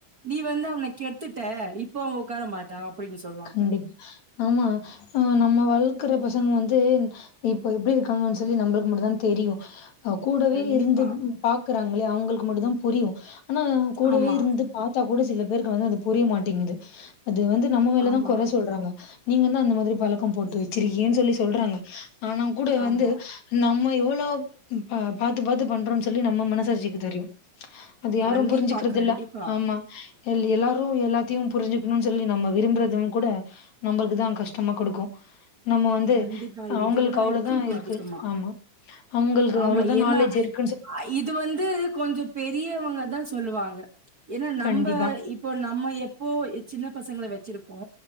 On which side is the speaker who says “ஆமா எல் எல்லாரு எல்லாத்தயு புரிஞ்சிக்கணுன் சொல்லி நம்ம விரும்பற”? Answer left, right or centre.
Left